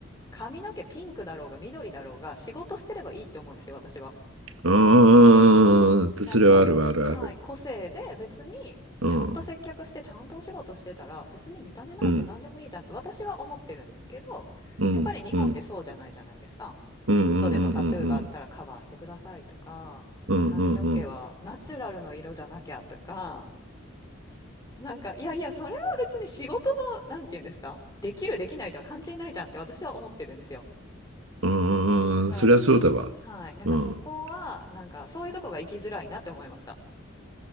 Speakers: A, on the left; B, on the right.
A: 髪の毛ピンクだろうが緑だろうが仕事してればいいって思うんですよ、私は。
B: うん
A: なんか、
B: それはあるわ、あるある。
A: はい、個性で別にちゃんと接客してちゃんとお仕事してたら別に見た目なんて何でもいいじゃんって私は思ってるんですけど、
B: うん、うん、うん、
A: やっぱり日本ってそうじゃないじゃないですか。
B: うん、うん、
A: ちょっとでもタトゥーがあったらカバーしてくださいとか、
B: うん、うん、うん、うん、
A: 髪の毛はナチュラルの色じゃなきゃとか、
B: うん、うん、うん、
A: なんか、いやいや、それは別に仕事の、なんていうんですか、できる、できないとは関係ないじゃんって私は思ってるんですよ。
B: うんうんそれはそうだわ。
A: だから、なんか、はい、なんかそこは、
B: うん。
A: なんか、そういうとこが生きづらいなって思いました。